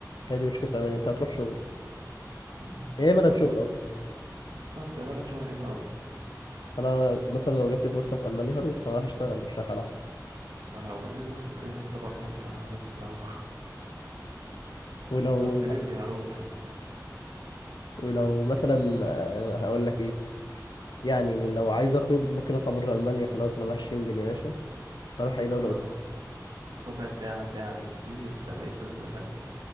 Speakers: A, on the left (about 85°); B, on the right (about 80°).
A: هي دي مشكلة ألمانيا أنت هتروح شغل
B: مم.
A: هي بلد
B: تروح
A: شغل
B: تعمل
A: أصلا
B: بالظبط يا بلد شغل حلو أوي
A: أنا مثلا لو جات لي فرصة في ألمانيا هروح أنا رايح أشتغل مش رايح ألعب
B: أنا لو جاتلي فرصة في أي حتة برا مصر أنا هروح لو <laughs>
A: ولو
B: لو في ليبيا هروح
A: ولو مثلا آه، هقول لك إيه يعني من لو عايز أخرج ممكن أطلع بره ألمانيا خلاص أنا معايا الشنجن يا باشا أروح أي دولة
B: اه
A: أوروبية
B: ربع ساعة ساعة بالكتير أنت بقيت في دولة تانية